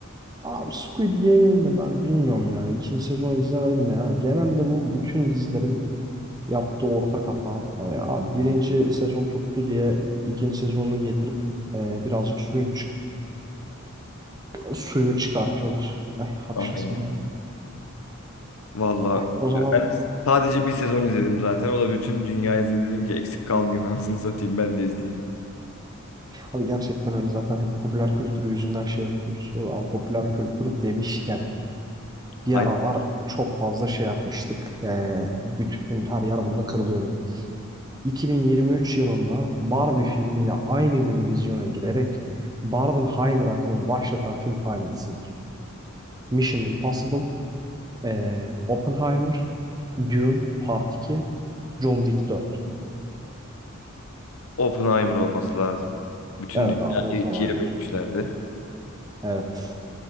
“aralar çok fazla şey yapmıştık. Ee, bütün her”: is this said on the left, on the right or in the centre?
Right